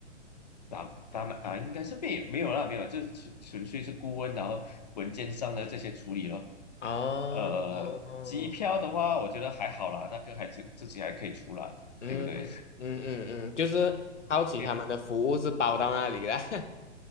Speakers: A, on the left (about 35°); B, on the left (about 75°).
A: 打打满啊，应该是没有没有啦，没有，就是纯纯粹是顾问，然后文件上的这些处理咯。
B: 哦，
A: 呃，
B: 哦
A: 机票的话，我觉得还好啦，那个还自自己还可以出啦，
B: 嗯嗯嗯嗯，
A: 对不对？
B: 就是好奇他们的服务是包到那里啦。
A: 因为
B: <laughs>